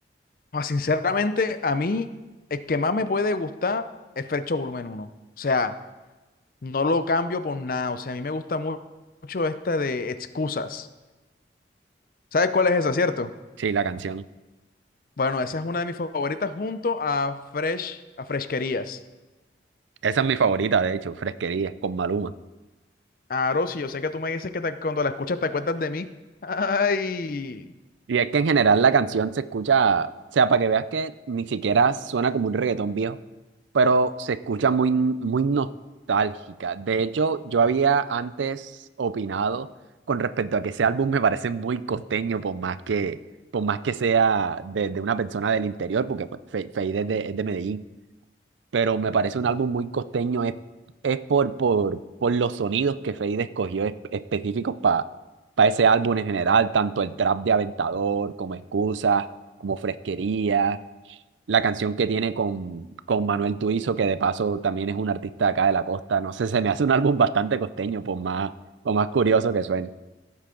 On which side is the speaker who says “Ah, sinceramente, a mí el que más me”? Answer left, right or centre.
Left